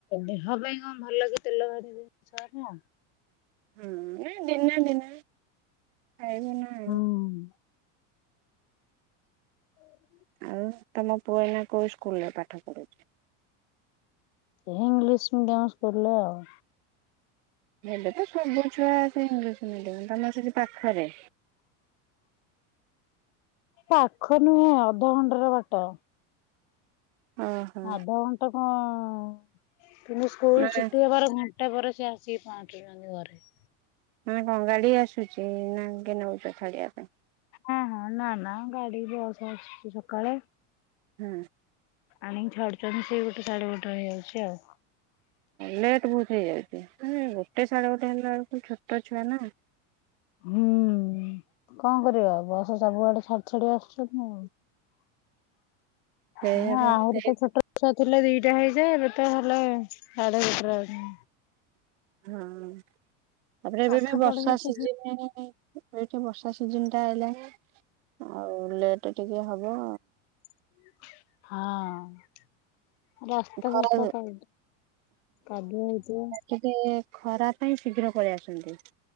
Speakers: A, on the left; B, on the right.
A: ଦେହ ପାଇଁ କଣ ଭଲ କି ତେଲ ଭାରି ଦି ଶୋଇନ?
B: ହୁଁ ଏ ଦିନେ ଦିନେ ଖାଇବୁ ନା।
A: ହୁଁ ହୁଁ ହୁଁ। <unintelligible>
B: ଆଉ ତମ ପୁଅ ଏଇନା କୋଉ ସ୍କୁଲରେ ପାଠ ପଢୁଚି?
A: ଏ ଇଂଲିଶ ମିଡିୟମ ସ୍କୁଲ୍ ରେ ଆଉ
B: ଏବେ ତ ସବୁ ଛୁଆ ସେ ଇଂଲିଶ ମିଡିୟମ ତମର ସେଠି ପାଖରେ
A: ପାଖ ନୁହେଁ ଅଧଘଣ୍ଟେ ର ବାଟ।
B: ଓହୋ
A: ଅଧଘଣ୍ଟେ କଅ କିନ୍ତୁ ସ୍କୁଲ
B: ମାନେ
A: ଛୁଟି ହେବାର ଘଣ୍ ଘଣ୍ଟେ ପରେ ସେ ଆସିକି ପାଞ୍ଚୁଛନ୍ତି ଘରେ।
B: ମାନେ କଣ ଗାଡି ଆସୁଚି ନା କିଏ ନଉଛ ଛାଡିବା ପାଇଁ।
A: ହଁ ହଁ ନା ନା ଗାଡି ଯାଉଚି ଆଉଚି ସକାଳେ।
B: ହୁଁ।
A: ଆଣିକି ଛାଢୁଛନ୍ତି ସେଇ ଗୋଟେ ସାଢେ ଗୋଟେ ହେଇଯାଉଚି ଆଉ
B: ଲେଟ୍ ବହୁତ ହେଇଯାଉଛି ଗୋଟେ ସାଢ଼େ ଗୋଟେ ହେଲା ବେଳକୁ ଛୋଟ ଛୁଆ ନା
A: ହୁଁ କଅଁ କରିବା ବସ ସବୁଆଡେ ଛାଡି ଛାଡି ଆସୁଚି।
B: ସେଇଆ
A: ହଁ
B: ବା
A: ଆହୁରି
B: ସେଇ
A: ତ ଛୋଟ ଛୁଆଥିଲେ ଦିଟା ହେଇଯାଏ ଏବେ ତ ହେଲେ ସାଡେ ଗୋଟେରେ ଆଉଚ଼ନ୍ତି।
B: ହଁ ତାପରେ
A: ପାଠ
B: ଏବେ ବି ବର୍ଷା
A: ପଢିଲେ
B: ସିଜିନି
A: ତ
B: ଥାଉ ଏଇଠି ବର୍ଷା ସିଜିନ୍ ଟା ହେଲା ଆଉ ଲେଟେ ଟିକେ ହବ।
A: ହଁ। ରାସ୍ତା
B: ଖରା
A: ବସ୍ତା କ କଦୁଅ ହେଇଥିବ।
B: କେବେ ଖରା ପାଇଁ ଶୀଘ୍ର ପଳେଇ ଆସନ୍ତି।